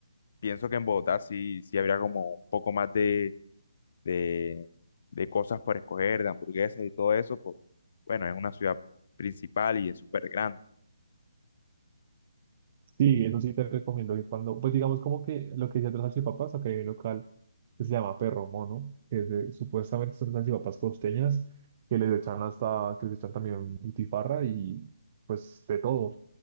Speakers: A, on the left; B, on the right.
A: pienso que en Bogotá sí, sí habría como un poco más de, de, de cosas por escoger, de hamburguesas y todo eso, por, bueno, es una ciudad principal y es súper grande.
B: Sí, eso sí te recomiendo que cuando, pues digamos como que lo que decía de las salchipapas, acá hay un local que se llama Perro Mono, que es de- supuestamente son salchipapas costeñas, que les echan hasta, que les echan también butifarra y pues de todo,